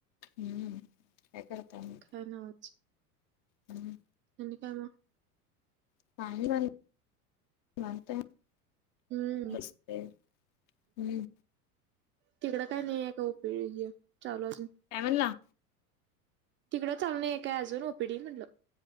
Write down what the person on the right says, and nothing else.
काय न्हवच
आणि काय मग
हम्म
तिकडं काय नाहीये का ओ पी डी हे चालू अजून
तिकडं चालू नाहीये काय अजून ओ पी डी म्हटलं.